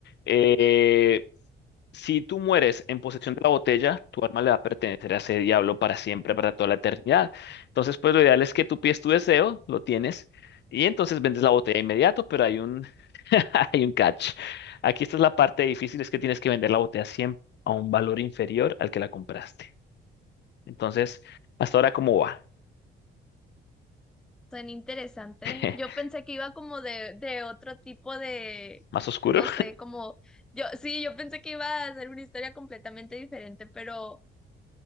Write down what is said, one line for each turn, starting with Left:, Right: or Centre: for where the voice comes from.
Left: eh, si tú mueres en posesión de la botella, tu alma le va a pertenecer a ese diablo para siempre, para toda la eternidad. Entonces, pues lo ideal es que tú pides tu deseo, lo tienes, y entonces vendes la botella de inmediato, pero hay un, <laughs> hay un catch. Aquí esta es la parte difícil, es que tienes que vender la botella siempre a un valor inferior al que la compraste. Entonces, hasta ahora, ¿cómo va?
Centre: Suena interesante.
Left: <laughs>
Centre: Yo pensé que iba como de, de otro tipo de,
Left: ¿Más oscuro?
Centre: no sé, como... Yo, sí, yo pensé que iba a ser una historia completamente diferente, pero...